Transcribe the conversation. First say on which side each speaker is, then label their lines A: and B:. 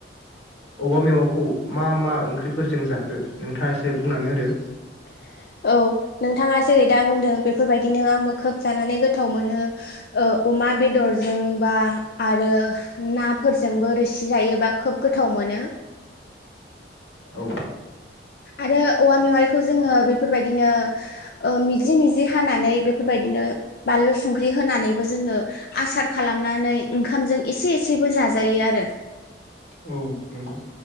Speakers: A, on the left (about 80°); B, on the left (about 55°).
A: ओयामेवाखौ मा मा ओंख्रिफोरजों जाखो नोंथाङा एसे बुंनानै होदो
B: <inaudible> औ नोंथाङा जेरै दा बुंदों बेफोरबायदिनो आंबो खोब जानानै गोथाव मोनो औ अमा बेदरजों बा आरो नाफोरजोंबो रोसि जायोबा खोब गोथाव मोनो मोनो
A: औ
B: आरो औवा मेवाइखौ जोङो बेफोरबायदिनो मिजि मिजि हानानै बेफोरबायदिनो बानलु संख्रि होनानैबो जोङो आसार खालाम खालामनानै ओंखामजों इसे एसेबो जाजायो आरो
A: औ नंगौ